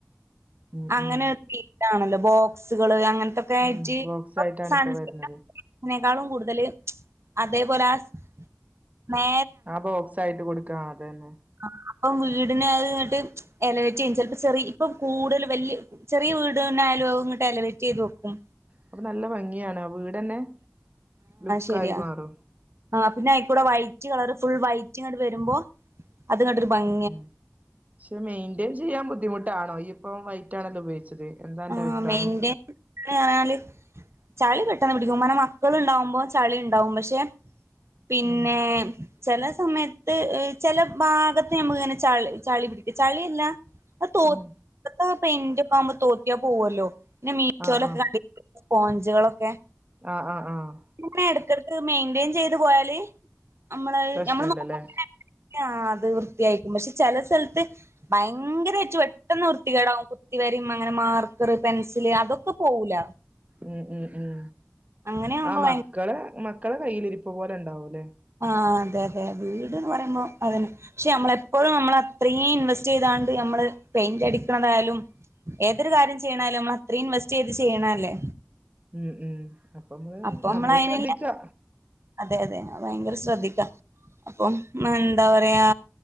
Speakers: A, on the right (about 30°); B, on the right (about 60°).
A: ഉം
B: അങ്ങനെ
A: ഉം
B: <unintelligible> താണല്ലോ ബോക്സുകള് അങ്ങൻത്തൊകായിറ്റ്
A: ഉം ബോക്സ്
B: ഇപ്പൊ
A: ആയിട്ടാണ്
B: സൺസ്
A: വരുന്നത്
B: അതിനേക്കാളും കൂടുതല് അതേപോലെ ആസ് മേ
A: ആ ബോക്സായിട്ട് കൊടുക്കാം അത് തന്നെ
B: ആഹ് അപ്പം വീടിന് അഹ് ഇങ്ങട്ട് എലവറ്റയ്യും ചൽപ്പോ ചെറി ഇപ്പം കൂടുതൽ വല്യയ ചെറിയ വീട്ന്ന ആയാലുംങ്ങട്ട് അലവേറ്റ് ചെയ്ത് വക്കും
A: അപ്പൊ നല്ല ഭംഗിയാണ് ആ വീടന്നെ ലുക്കായി
B: ശരിയാ
A: മാറും
B: ആഹ് പിന്നെ അയ്കൂടെ വൈറ്റ് കളർ ഫുൾ വൈറ്റ് ഇങ്ങട്ട് വരുമ്പോ അത്ങ്ങട്ടൊര് ഭംഗ്
A: ഉം ക്ഷെ മെയിന്റെയിൻ ചെയ്യാൻ ബുദ്ധിമുട്ടാണോ ഈ ഇപ്പൊ വൈറ്റാണല്ലോ ഉപയോഗിച്ചത് എന്താ അന്റെ
B: ആഹ്
A: അഭിപ്രായം
B: മെയിന്റയിൻ ന്നായാല് ചളി പെട്ടെന്ന് പിടിക്കും മന മക്കള്ണ്ടാവുമ്പോ ചളി ഉണ്ടാവും പക്ഷെ പിന്നേ
A: ഉം
B: ചെല സമയത്ത് ചെല ഭാഗത്ത് ഞമ്മക്ക് ഇങ്ങനെ ചളി ചളിപിടിക ചളിയല്ല ആ തോ
A: ഉം
B: <inaudible> പെന്റെ ഒക്കെ ആവുമ്പോ തോത്തിയാ പോവോല്ലോ പിന്നെ മീശോലൊക്കെ
A: ആഹ് ആഹ്
B: കണ്ടി സ്പോഞ്ചുളൊക്കെ
A: ആഹ് ആഹ് ആഹ്
B: പിന്നെ എടക്ടക്ക് മെയിന്റ്റയിൻ ചെയ്ത് പോയാല് അമ്മളഹ്
A: പ്രശ്നല്ലല്ലേ
B: നമ്മള് നോക്ക <inaudible> ങ്യാ അത് വൃത്തിയായിക്കും പക്ഷെ ചെല സൽത്ത് ഭയങ്കരറ്റ് പെട്ടെന്ന് വൃത്തികേടാവും കുത് തിവരിം അങ്ങനെ മാർക്കർ പെൻസില് അതൊക്കെ പോവൂല
A: ഉം ഉം ഉം
B: അങ്ങനെ ആവുമ്പോ
A: ആഹ് മക്കളെ
B: ഭയ
A: മക്കളെ കയ്യിലിരിപ്പ്പ്പോലെ ഉണ്ടാവൂല്ലേ
B: ആഹ് അതെ അതെ വീട്ന്ന് പറയുമ്പോ അതന്നെ പക്ഷെ അമ്മളെപ്പോഴും നമ്മൾ അത്രീം ഇൻവെസ്റ്റ്യ്താണ്ട് ഞമ്മള് പെയിന്റ് അടിക്കണതായാലും ഏതൊരു കാര്യം ചെയ്യണാലും നമ്മ അത്രയും ഇൻവെസ്റ്റ് ചെയ്ത് ചെയ്യണ അല്ലേ
A: ഉം ഉം അപ്പമ്മള്
B: അപ്പൊ നമ്മൾ
A: നമ്മള്
B: അതിനുള്ള
A: ശ്രദ്ധിക്കാ
B: അതെ അതെ ഭയങ്കര ശ്രദ്ധിക്കാ അപ്പം മ്മ് എന്താ പറയാ